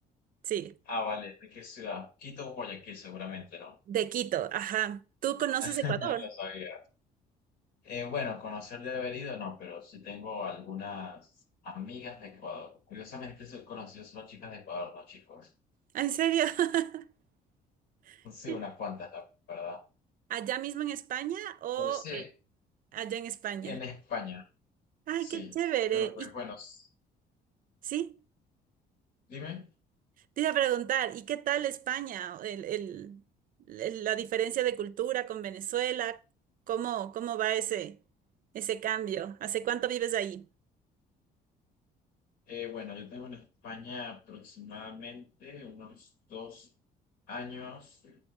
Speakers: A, on the right; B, on the left.
A: Sí,
B: Ah, vale. ¿De qué ciudad? Quito, Guayaquil, seguramente, ¿no?
A: de Quito, ajá. ¿Tú conoces
B: <laughs>
A: Ecuador?
B: Lo sabía. Eh, bueno, conocer de haber ido, no, pero sí tengo algunas amigas de Ecuador. Curiosamente, soy conocido solo chicas de Ecuador, no chicos.
A: Ah, ¿En serio? <laughs>
B: Sí,
A: Sí.
B: unas cuantas, la verdad.
A: ¿Allá mismo en España o
B: Pero sí,
A: eh, allá en España?
B: en España,
A: Ay,
B: sí.
A: qué chévere.
B: Pero pues
A: ¿Y
B: bueno, s-
A: sí?
B: dime.
A: Te iba a preguntar, ¿y qué tal España? El, el- el- la diferencia de cultura con Venezuela, ¿cómo, cómo va ese, ese cambio? ¿Hace cuánto vives ahí?
B: Eh, bueno, yo tengo en España aproximadamente unos dos años